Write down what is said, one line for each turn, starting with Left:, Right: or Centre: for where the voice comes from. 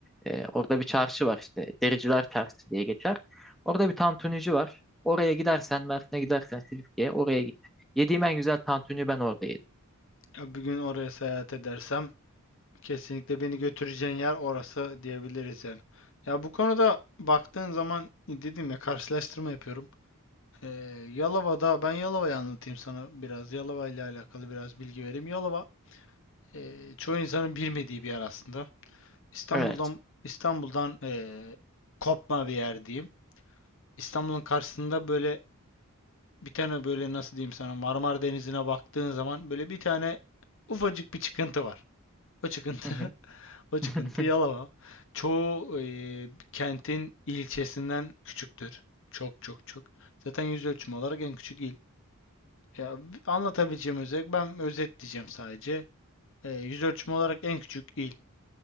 Centre: e, orada bir çarşı var işte. Dericiler Çarşısı diye geçer. Orada bir tantunici var. Oraya gidersen, Mersin'e gidersen Silifke'ye oraya git. Yediğim en güzel tantuni ben orada yedim.
Left: Ya bir gün oraya seyahat edersem kesinlikle beni götüreceğin yer orası diyebiliriz yani. Ya bu konuda baktığın zaman dedim ya karşılaştırma yapıyorum. Ee, Yalova'da ben Yalova'yı anlatayım sana biraz. Yalova ile alakalı biraz bilgi vereyim. Yalova e, çoğu insanın bilmediği bir yer aslında. İstanbul'dan
Centre: Evet.
Left: İstanbul'dan e, kopma bir yer diyeyim. İstanbul'un karşısında böyle bir tane böyle nasıl diyeyim sana Marmara Denizi'ne baktığın zaman böyle bir tane ufacık bir çıkıntı var. O çıkıntı
Centre: Hı hı.
Left: <laughs> o çıkıntı
Centre: <laughs>
Left: Yalova. Çoğu e, kentin ilçesinden küçüktür. Çok çok çok. Zaten yüz ölçümü olarak en küçük Ya anlatabileceğim özet, ben özetleyeceğim sadece. Ee, yüz ölçümü olarak en küçük il.